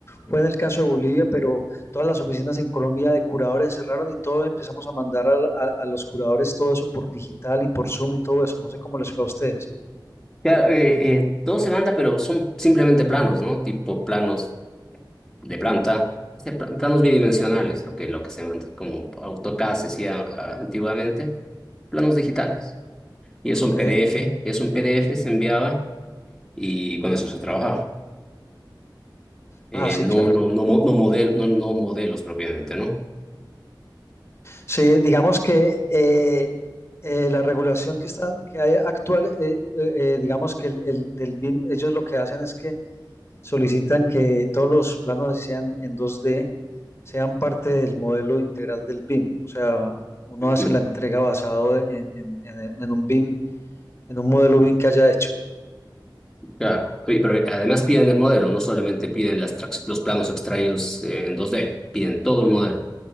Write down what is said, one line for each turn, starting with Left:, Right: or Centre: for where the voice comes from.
Left: fue en el caso de Bolivia, pero todas las oficinas en Colombia de curadores se cerraron y todo empezamos a mandar a, a- a los curadores todo eso por digital y por Zoom y todo eso. No sé cómo les fue a ustedes.
Centre: Ya, eh, eh, todo se manda, pero son simplemente planos, ¿no? Tipo planos de planta, de pla- planos bidimensionales, lo que, lo que se manda, como AutoCAD se hacía ah, antiguamente, planos digitales. Y eso
Left: Ok.
Centre: en PDF, eso en PDF se enviaba y con eso se trabajaba. Eh,
Left: Ah, sí,
Centre: no,
Left: claro.
Centre: no, no, mo- no, model, no, no modelos propiamente, ¿no?
Left: Sí, digamos que eh, eh, la regulación que está, que hay actual, eh, eh, eh, digamos que el, el- del BIM, ellos lo que hacen es que solicitan que todos los planos así sean en 2D sean parte del modelo integral del BIM. O sea, uno
Centre: Ujú.
Left: hace la entrega basado en, en- en- en un BIM, en un modelo BIM que haya hecho.
Centre: Claro, y- pero además piden el modelo, no solamente piden las trax- los planos extraídos eh, en 2D, piden todo el modelo.